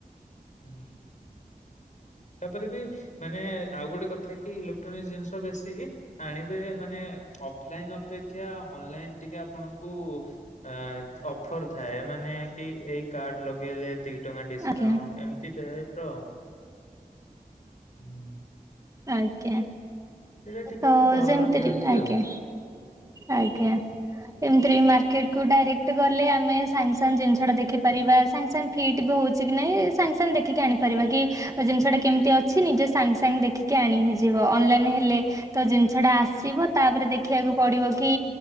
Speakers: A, on the left (about 55°); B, on the right (about 20°).
A: ହୁଁ। ତାପରେ ବି ମାନେ ଆଉ ଗୋଟେ କଥା କି ଇଲେକ୍ଟ୍ରୋନିକ ଜିନିଷ ବେଶୀ ଆଣିବେ ମାନେ ଅଫଲାଇନ ଅପେକ୍ଷା ଅନଲାଇନ ଟିକେ ଆପଣ। <unintelligible> ଅ ଅଫର ଥାଏ ମାନେ କି ଏଇ କାର୍ଡ ଲଗେଇଲେ ଏତିକି ଟଙ୍କା ଡିସକାଉଣ୍ଟ
B: ଆଜ୍ଞା
A: ଏମିତିଟା। <unintelligible> ହୁଁ।
B: ଆଜ୍ଞା।
A: ସେଟା ଟିକେ
B: ତ
A: ଭଲ
B: ଯେମିତିରେ
A: ଦିଅନ୍ତି
B: ଆଜ୍ଞା
A: ଆଉ।
B: ଆଜ୍ଞା ଏମତି ମାର୍କେଟ କ ଡାଇକ୍ଟ ଗଲେ ଆମେ ସାଙ୍ଗ ସାଙ୍ଗ ଜିନିଷଟା ଦେଖିପାରିବା ସାଙ୍ଗ ସାଙ୍ଗ ଫିଟ୍ ବି ହଉଛି କି ନାଇଁ ସାଙ୍ଗ ସାଙ୍ଗେ ଦେଖିକି ଆଣିପାରିବା କି ଜିନିଷଟା କେମତି ଅଛି ନିଜେ ସାଙ୍ଗେ ସାଙ୍ଗେ ଦେଖିକି ଆଣି ହେଇଯିବ ଅନଲାଇନ ହେଲେ ତ ଜିନିଷ ଟା ଆସିବ ତାପରେ ଦେଖିବାକୁ ପଡିବ କି